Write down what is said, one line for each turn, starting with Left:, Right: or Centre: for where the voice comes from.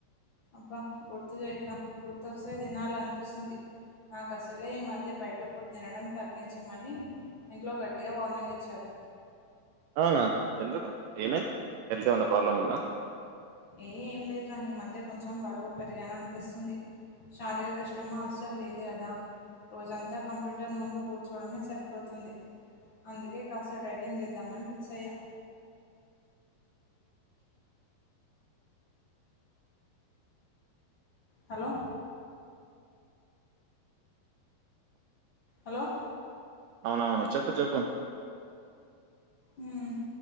Left: అబ్బా గుర్తు చేయకురా గుర్తొస్తే తినాల అనిపిస్సుంది నాకు అసలే ఈ మధ్య బయట ఫుడ్ తినడం తగ్గించమని ఇంట్లో గట్టిగా వార్నింగ్‌ ఇచ్చారు
Right: అవునా ఎందుకు ఏమి హెల్త్ ఏమన్నా ప్రాబ్లం ఉందా
Left: ఏ ఏం లేదురా ఈ మధ్య కొంచెం బరువు పెరిగాననిపిస్సుంది శారీరక శ్రమ అస్సల్లేదు కదా రోజంతా కంప్యూటర్ ముందు కూర్చోడమే సరిపోతుంది అందుకే కాస్త డైటింగ్ చేద్దామని ఫిక్స్ అయ్యా హలో హలో
Right: అవును అవును చెప్పు చెప్పు
Left: హ్మ్